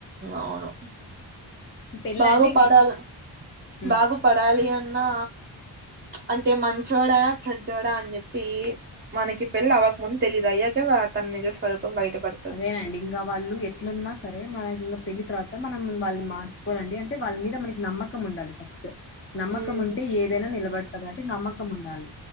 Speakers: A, on the right; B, on the left.
A: అవును,
B: పెళ్ళి
A: బాగా,
B: అంటే
A: పడాల,
B: ఉమ్
A: బాగు పడాలి. అన్నా, అంటే, మంచోడా, చెడ్డాడా, అనిచెప్పి, మనకి, ఈ, పెళ్ళిఆవక, ముంద, తెలిదు. అయ్యాక, తన నిజ స్వరూపం బయట పడుతది
B: అదేనండి, ఇంకా, వాళ్ళు, ఎట్లున్నా, సరే, మనకి, ఇంకా, పెళ్లి, తర్వాత, మనంవాళ్ళని, మార్చుకోవాలండి. అంటే, వాళ్ళమీద, మనకి, నమ్మకం, నమ్మకం, ఉండాలి. ఫస్ట్, నమ్మకం,
A: ఉమ్
B: ఉంటే, ఏదైనా, నిలబడుతుంది. కాబట్టి, నమ్మకం, ఉండాలి.